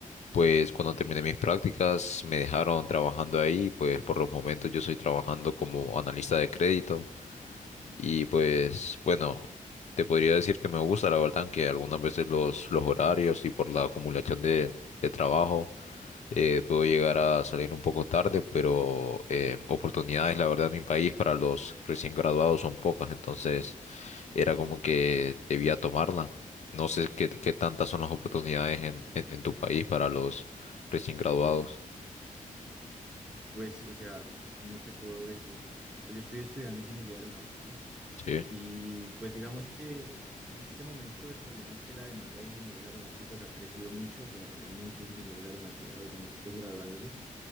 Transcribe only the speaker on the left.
Pues cuando terminé mis prácticas me dejaron trabajando ahí, pues por los momentos yo estoy trabajando como analista de crédito y pues bueno, te podría decir que me gusta la verdad, que algunas veces los, los horarios y por la acumulación de, de trabajo eh, puedo llegar a salir un poco tarde, pero eh, oportunidades la verdad en mi país para los recién graduados son pocas, entonces era como que debía tomarla. No sé qué, qué tantas son las oportunidades en, en, en tu país para los recién graduados.
Sí,